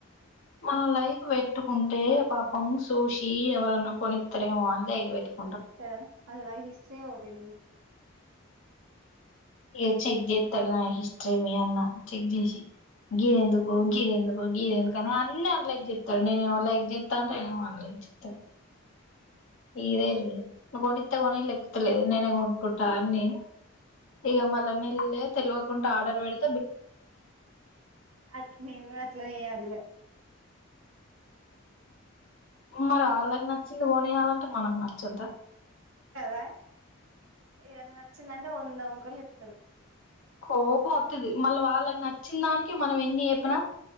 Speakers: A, on the left; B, on the right.
A: మనం లైక్ పెట్టుకుంటే పాపం సూషి ఎవరన్నా కొనిత్తరేమో అని లైక్ పెట్టుకు
B: కదా అసలా హిస్ట్రియే ఓపన్ చేయను.
A: ఇక చెక్ దత్తడు నా హిస్ట్రీ మీ అన్న చెక్ చేసి గిదెందుకు గిదెందుకు గిదెందుకు అని అన్ని అన్లైక్ చెత్తాడు నేనేమో లైక్ చెత్తంటా అయనేమో అన్లైక్ జిత్తడు. ఇదే రీల్ నువ్ కొనిత్తే కొని లేక పోతే లేదు నేనే కొనుకుంటా అని నేను ఇగ మల్ల మేల్లిగా తెల్వకుండ ఆర్డర్ పెడి
B: అట్ నేను కూడ అట్లనే చేయాలిగ
A: మరి ఆళ్ళకి నచ్చింది కొనీయాలంటే మనకు నచ్చొద్దా
B: కదా. ఏదన్నా నచ్చిందంటే వంద వంకలు చెప్తారు.
A: కోపం వత్తది. మళ్ళ వాళ్ళకి నచ్చిందానికి మనం ఎన్ని చెప్పినా